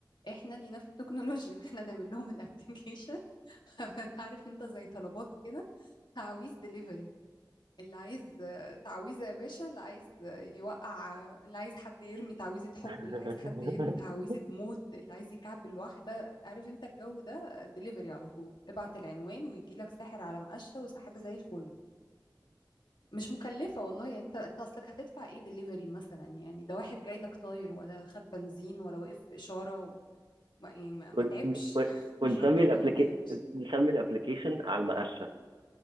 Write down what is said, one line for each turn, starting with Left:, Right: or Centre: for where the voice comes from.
Left: احنا لينا في التكنولوجيا <laughs> احنا نعمل لهم الابليكيشن <laughs> عارف انت زي طلبات كده عاوز ديليفري اللي عايز تعويذة يا باشا اللي عايز يوقع اللي عايز حد يرمي تعويذة حب
Right: <laughs>
Left: اللي عايز حد يرمي تعويذة موت اللي عايز يكعبل واحدة عارف انت الجو ده دليفري على طول ابعت العنوان ويجي لك ساحر على مقشة وحاجة زي الفل مش مكلفة والله يعني انت انت اصلك هتدفع ايه دليفري مثلا يعني ده واحد جاي لك طاير ولا خد بنزين ولا وقف في إشارة و... ما, يعني ما
Right: ون-
Left: ما تعبش
Right: ون-
Left: <laughs>
Right: ونسمي
Left: الراجل
Right: الابلكيشن
Left: ما تعبش
Right: نسمي الابلكيشن على المقشه